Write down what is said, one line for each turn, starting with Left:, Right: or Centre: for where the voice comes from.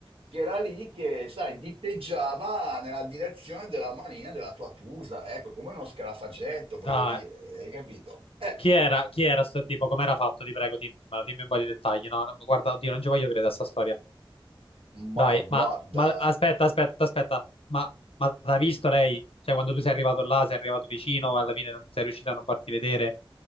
Right: che era lì che, sai, diteggiava nella direzione della manina della tua Tusa, ecco, come uno scarafagetto, voglio
Left: Dai.
Right: dire, hai capito? Eh,
Left: Chi era, chi era sto tipo? Com'era fatto? Ti prego, dimmelo, dimmi un po' di dettagli. No, No, guarda, oddio, non ci voglio credere a sta storia. Dai,
Right: ma
Left: ma,
Right: guarda.
Left: ma aspetta, aspetta, aspetta. Ma, ma l'ha visto lei? Cioè, quando tu sei arrivato là, sei arrivato vicino, alla fine non sei riuscito a non farti vedere.